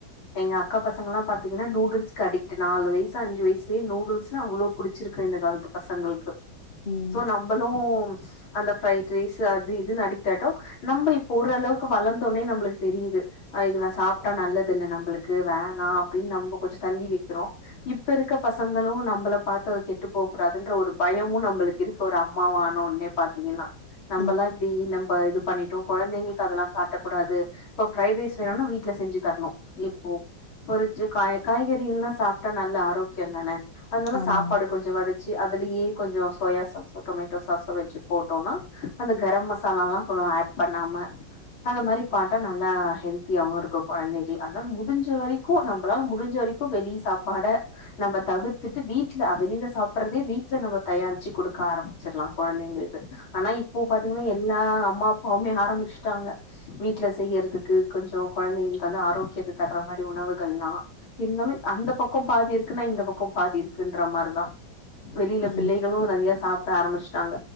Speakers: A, on the left (about 85°); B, on the left (about 30°).
A: எங்க அக்கா பசங்கல்லா பாத்தீங்கன்னா நூடுல்ஸ்க்கு அடிக்ட்டு நாலு வயசு அஞ்சு வயசுலே நூடுல்ஸ்னு அவ்ளோ புடிச்சிருக்கு இந்த காலத்து பசங்களுக்கு
B: ம்,
A: சோ நம்மளு அந்த ஃபிரைடு ரைஸ் அது இதுன்னு ஆயிட்டோ நம்பி இப்ப ஒரு ஓரளவுக்கு வளந்தோனே நம்பளுக்கு தெரியுது அ இது சாப்ட்டா நல்லது இல்ல நம்பளுக்கு வேணா அப்டின்னு நம்ப கொஞ்சோ தள்ளி வக்கிறோ இப்ப இருக்க பசங்களும் நம்மள பாத்து அது கெட்டு போக்கூடாதுன்ற ஒரு பயமு நம்பளுக்கு இருக்கு ஒரு அம்மா வா ஆனோன்னே பாத்தீங்கன்னா நம்பல்லா
B: ம்.
A: இப்டி இது பண்ணி ட்டு கொழந்தைங்களுக்கு அதெல்லா காட்டக்கூடாது இப்ப ஃபிரைடு ரைஸ் வேணும்னா வீட்ல செஞ்சு தரணு இப்போ பொரிச்சு காய் காய்கறிகள்லா சாப்ட்டா நல்ல ஆரோக்கியம்தான அதனால
B: ஆமாங்க.
A: சாப்பாடு கொஞ் சோ வடிச்சு அதுலயே கொஞ்சோ சோயா சாஸோ டொமேட்டோ சாஸோ வச்சு போட்டோனா அந்த கரம் மசாலால்லா கொஞ்ச ஆட் பண்ணாம அந்த மாரி போட்டா நல்லா ஹெல்தியாவு இருக் கும் கொழந்தைக்கி அதனால முடிஞ்ச வரைக்கு நம்பளால முடிஞ்ச வரைக்கு வெளி சாப்பாட நம்ம தவிர்த்துட்டு வீட்ல அ வெளில சாப்பிட்றதே வீட்ல நம்ம தயாரிச்சி குடுக்க ஆரம்பிச்சிட்லா கொழந்தைங்களுக்கு ஆனா இப்போ பாத்தீங்கன்னா எல்லா அம்மா அப்பாவுமே ஆரம்பிச்சுட்டாங்க வீட்ல செய்யறதுக்கு கொஞ்சோ கொழந்தைங்களுக்கு வந்து ஆரோக்கியத்த தர்ற மாரி உணவுகள்லா இன்னோன்னு அந்த பக்கோ பாதி இருக்குன்னா இந்த பக்கோ பாதி இருக்குன்ற மாரிதா வெளியில
B: ம்,
A: பிள்ளைகளு நறைய சாப்ட ஆரம்பிச்சிட்டாங்க